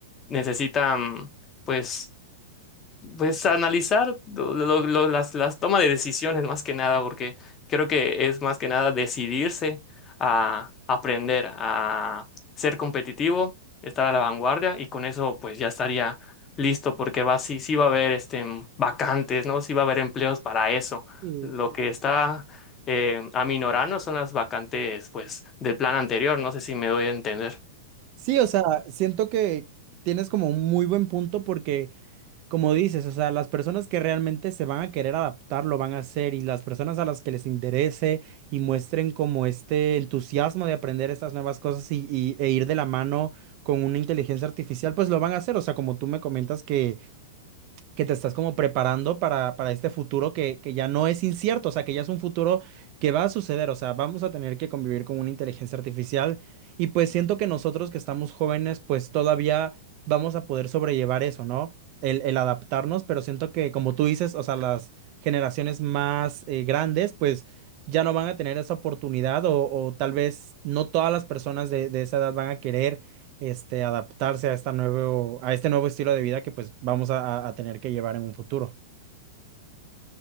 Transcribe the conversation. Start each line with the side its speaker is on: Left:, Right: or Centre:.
Left: necesitan, pues, pues analizar lo- lo- lo- las, las tomas de decisiones más que nada, porque creo que es más que nada decidirse a aprender, a ser competitivo, estar a la vanguardia y con eso pues ya estaría listo, porque va, sí, sí va a haber este, vacantes, ¿no? Sí va a haber empleos para eso.
Right: Sí,
Left: Lo que está... eh, aminorando son las vacantes pues del plan anterior, no sé si me doy a entender.
Right: Sí, o sea, siento que tienes como un muy buen punto porque como dices, o sea, las personas que realmente se van a querer adaptar lo van a hacer y las personas a las que les interese y muestren como este entusiasmo de aprender estas nuevas cosas y, y- e ir de la mano con una inteligencia artificial, pues lo van a hacer. O sea, como tú me comentas que que te estás como preparando para, para este futuro que, que ya no es incierto, o sea, que ya es un futuro que va a suceder, o sea, vamos a tener que convivir con una inteligencia artificial y pues siento que nosotros que estamos jóvenes, pues todavía vamos a poder sobrellevar eso, ¿no? El, el adaptarnos, pero siento que como tú dices, o sea, las generaciones más eh, grandes, pues ya no van a tener esa oportunidad o, o tal vez no todas las personas de, de esa edad van a querer este, adaptarse a esta nuevo, a este nuevo estilo de vida que pues vamos a, a a tener que llevar en un futuro.